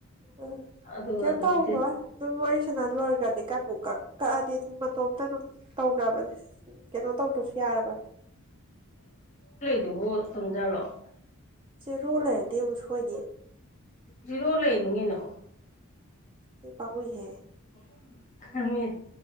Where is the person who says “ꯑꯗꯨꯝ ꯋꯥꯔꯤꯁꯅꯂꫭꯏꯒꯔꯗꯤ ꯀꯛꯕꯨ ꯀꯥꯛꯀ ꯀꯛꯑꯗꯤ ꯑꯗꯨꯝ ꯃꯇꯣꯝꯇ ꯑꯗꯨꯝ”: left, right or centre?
Right